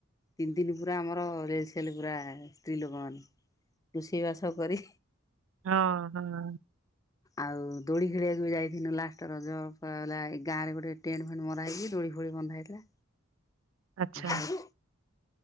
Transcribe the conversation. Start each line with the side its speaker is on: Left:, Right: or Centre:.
Left: ତିନି ତିନି ପୁରା ଆମର ରେଳସଲ ପୁରା ସ୍ତ୍ରୀ ଲୋକମାନେ। ରୋଷେଇ ବାସ କରି
Right: ହଁ ହଁ।
Left: ଆଉ ଦୋଳି ଖେଳିବାକୁ ଯାଇଥିଲୁ ଲାଷ୍ଟ। ରଜଲା ଗାଁରେ ଗୋଟେ ଟେଣ୍ଟ ଫେଣ୍ଟ ମରା ହେକି ଦୋଳି ଫୋଳି ବନ୍ଧା ହେଇଥିଲା।
Right: ଆଚ୍ଛା।
Left: ଆଉ